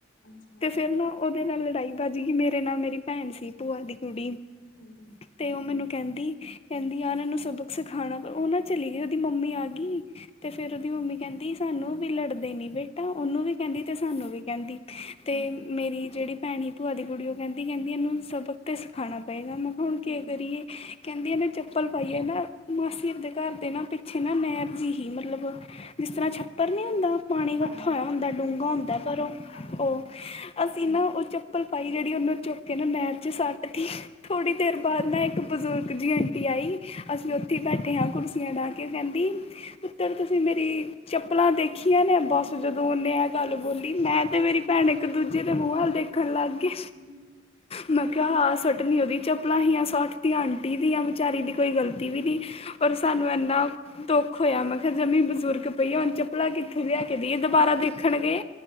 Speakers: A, on the left; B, on the left.
A: ਅੱਛਾ।
B: ਫੇਰ ਨਾ ਓਦੇ ਨਾਲ ਲੜਾਈ ਬਾਜਗੀ ਮੇਰੇ ਨਾਲ ਮੇਰੀ ਪੈਨ ਸੀ ਭੂਆ ਦੀ ਕੁੜੀ।
A: ਹੂੰ।
B: ਤੇ ਓ ਮੈਨੂੰ ਕੈਂਦੀ, ਕੈਂਦੀ ਯਾਰ ਐਨੂੰ ਸਬਕ ਸਖਾਣਾ ਪੋ ਓ ਨਾ ਚਲੀ ਗਈ ਓਦੀ ਮੰਮੀ ਆਗੀ। ਤੇ ਫੇਰ ਓਦੀ ਮੰਮੀ ਕੈਂਦੀ ਸਾਨੂੰ ਵੀ ਲੜਦੇ ਨੀ ਬੇਟਾ ਓਨੂੰ ਵੀ ਕੈਂਦੀ ਤੇ ਸਾਨੂੰ ਵੀ ਕੈਂਦੀ। ਤੇ
A: ਹੂੰ,
B: ਮੇਰੀ ਜੇੜੀ ਪੈਣੀ ਭੂਆ ਦੀ ਕੁੜੀ ਓ ਕੈਂਦੀ, ਕੈਦੀ ਐਨੂੰ ਸਬਕ ਤੇ ਸਖਾਣਾ ਪਏਗਾ‌ ਮੈਂ ਕੇਆ ਹੁਣ
A: ਹੂੰ
B: ਕੇ ਕਰੀਏ ਕੈਂਦੀ ਐਨੇ ਚੱਪਲ ਪਾਈ ਏ ਨਾ ਮਾਸੀ ਆਰ ਦੇ ਘਾੱਰ ਦੇ ਨਾ ਪਿ ਪਿੱਛੇ ਨਾ ਨੈਰ ਜੀ ਹੀ ਮਤਲਬ ਜਿਸ
A: ਅੱਛਾ
B: ਤਰਾਂ ਛੱਪਰ ਨੀ ਹੁੰਦਾ ਪਾਣੀ
A: ਹਾਂਜੀ-ਹਾਂਜੀ।
B: ਕੱਠਾ ਹੋਏਆ ਹੁੰਦਾ ਡੂੰਘਾ ਹੁੰਦਾ ਪਰ
A: ਹਾਂਜੀ
B: ਓ। ਅਸੀ ਨਾ ਓ ਚੱਪਲ ਪਾਈ ਜੇੜੀ ਓਨੂੰ ਚੁੱਕ ਕੇ ਨਾ ਨੈਰ ਚ ਸਾੱਟ ਤੀ। ਥੋੜੀ‌ ਦੇਰ ਬਾਦ ਨਾ ਏਕ ਬਜ਼ੁਰਗ ਜੀ ਆਂਟੀ ਆਈ, ਅਸੀ
A: ਹੂੰ
B: ਓਥੇ ਈ ਬੈਠੇ ਹਾਂ ਕੁਰਸੀਆਂ ਡਾ‌ਕੇ ਕੈਂਦੀ ਪੁੱਤਰ ਤੁਸੀ ਮੇਰੀ ਚੱਪਲਾਂ ਦੇਖੀਆਂ ਨੇ ਬਾੱਸ ਜਦੋਂ ਓਨੇ ਐ ਗਾੱਲ ਬੋਲੀ ਮੈਂ ਤੇ ਮੇਰੀ ਭੈਣ ਏਕ-ਦੂਜੇ ਦੇ ਮੂ ਵਲ ਦੇਖਨ ਲਾਗੇ।
A: <inaudible>
B: ਮੈਂ ਕੇਆ ਹਾ ਸਟਣੀ ਓਦੀ ਚੱਪਲਾਂ ਹੀਆਂ ਸਾਟ ਤੀ ਆਂਟੀ ਦੀਆਂ ਵਿਚਾਰੀ ਦੀ ਕੋਈ ਗ਼ਲਤੀ ਵੀ ਨੀ ਓਰ ਸਾਨੂੰ ਐਨਾ ਦੋਖ ਹੋਏਆ ਮੈਂ ਕੇਆ ਜਮੀ ਬਜ਼ੁਰਗ ਪਈ ਆ ਹੁਨ ਚੱਪਲਾਂ ਕਿੱਥੁ ਲੇਆ ਕੇ ਦੇਈਏ ਦੁਬਾਰਾ ਦੇਖਣ ਗਏ